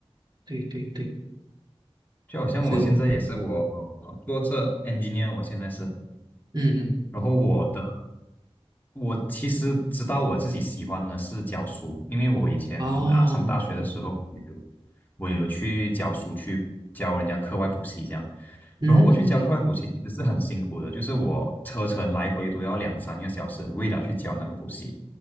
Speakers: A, on the right (about 45°); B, on the left (about 15°).
A: 对对对，
B: 就好像我现在也是我，
A: 所以我
B: 呃做这 engineer，我现在是，
A: 嗯嗯
B: 然后我的。我其实知道我自己喜欢的是教书，因为我以前啊上大学的时候有
A: 哦，对
B: 我有去教书，去教人家课外补习这样。
A: 嗯嗯
B: 然后我去教课外补习其实是很辛苦的，就是我车程来回都要两三个小时，为了去教那个补习。